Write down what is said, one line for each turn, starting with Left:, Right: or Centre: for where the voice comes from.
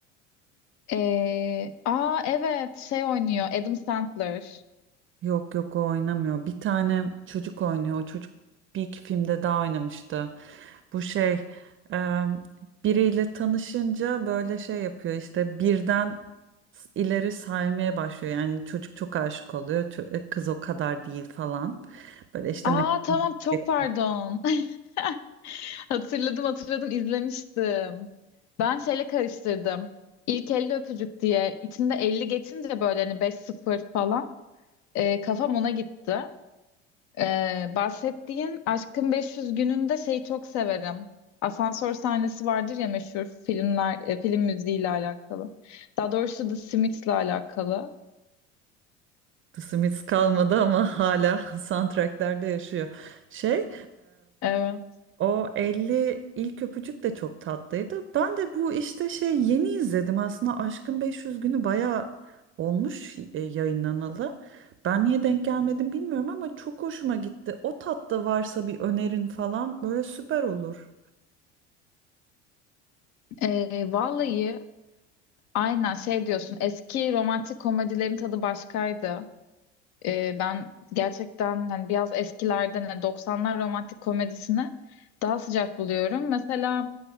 Left: ee, aa evet şey oynuyor Adam Sandler.
Right: Yok yok o oynamıyor. Bir tane çocuk oynuyor. O çocuk bir iki filmde daha oynamıştı. Bu şey e, biriyle tanışınca böyle şey yapıyor işte birden s- ileri saymaya başlıyor. Yani çocuk çok aşık oluyor. Ço- e, kız o kadar değil falan. Böyle işte
Left: Aa tamam
Right: Meredith
Left: çok pardon. <laughs> Hatırladım hatırladım izlemiştim. Ben şeyle karıştırdım. İlk 50 öpücük diye. İçinde 50 geçince böyle hani 5-0 falan. Ee, kafam ona gitti. Ee, bahsettiğin Aşkın 500 gününde şeyi çok severim. Asansör sahnesi vardır ya meşhur filmler, e, film müziğiyle alakalı. Daha doğrusu The Smiths'le alakalı.
Right: Smith kalmadı ama <laughs> hala soundtracklerde yaşıyor. Şey
Left: Evet.
Right: O elli ilk öpücük de çok tatlıydı. Ben de bu işte şey yeni izledim aslında Aşkın 500 günü bayağı olmuş e, yayınlanalı. Ben niye denk gelmedim bilmiyorum ama çok hoşuma gitti. O tatta varsa bir önerin falan böyle süper olur.
Left: Ee, vallahi aynen şey diyorsun. Eski romantik komedilerin tadı başkaydı. Ee, ben gerçekten hani biraz eskilerden hani 90'lar romantik komedisini daha sıcak buluyorum. Mesela